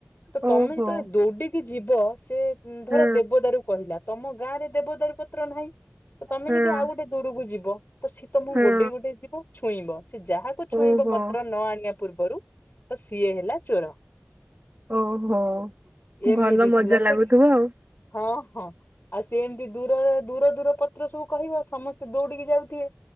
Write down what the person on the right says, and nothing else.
ଓହୋ
ହଁ
ହଁ
ହଁ
ଓହୋ
ଓ ହୋ
ଭଲ ମଜା
ଲାଗୁଥିବ
ଆଉ।